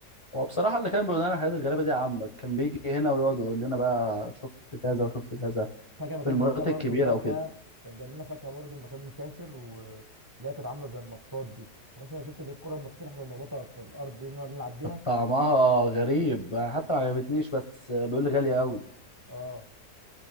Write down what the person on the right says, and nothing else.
فاكر لما كان
جايب لنا برضه
فاكهه
كان جايب لنا فاكهه برضه لما كان مسافر واللي هي كانت عامله زي المطاط دي تحس ان انا شفت الكره المطاط اللي احنا كنا بنخبطها في الارض دي نقعد نلعب بيها
اه